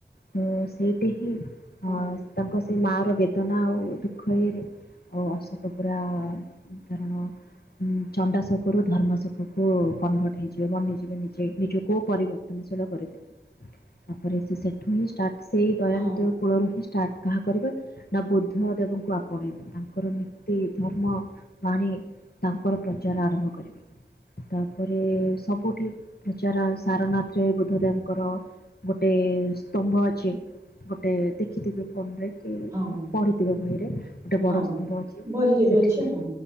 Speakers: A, on the left; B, on the right.
A: ତ ସେଇଟି ହିଁ ଅଁ
B: ହଁ
A: ତାଙ୍କ ସେଇ ମାଆ ର ବେଦନା ଆଉ ଦୁଃଖ ଇଏରେ ଆଉ ଅଶୋକ ପୁରା କାରଣ ଉଁ ଚଣ୍ଡା ଶୋକରୁ ଧର୍ମା ଶୋକ କୁ କନଭର୍ଟ ହେଇଯିବେ ବନିଯିବେ ନିଜେ ନିଜୁକୁ ପରିବର୍ତ୍ତ ର୍ତ୍ତନଶୀଳ କରିଦେବେ ତାପରେ ସେ ସେଠୁ ହିଁ ଷ୍ଟାର୍ଟ ସେଇ ଦୟା
B: ହଁ
A: ନଦୀର କୂଳରୁ ହିଁ ଷ୍ଟାର୍ଟ କାହା କରିବ ନା ବୁଦ୍ଧ ଦେବଙ୍କୁ ଆପଣେଇବେ ତାଙ୍କର ନୀତି, ଧର୍ମ ବାଣୀ ତାଙ୍କର ପ୍ରଚାର ଆରମ୍ଭ କରିବେ। ତାପରେ ସବୁଠି ପ୍ରଚାର ଆ ସାରନାଥରେ ବୁଦ୍ଧ ଦେବଙ୍କର ଗୋଟେ ସ୍ତମ୍ଭ ଅଛି ଗୋଟେ ଦେଖିଥିବେ ଫୋନରେ କି ଉଁ
B: ହଁ
A: ପଢିଥିବେ ବହିରେ ଗୋଟେ ବଡ
B: ହଁ
A: ସ୍ତମ୍ଭ ଅଛି
B: ବହିରେ
A: ସେଠି
B: ଅଛି
A: ବି
B: ହଁ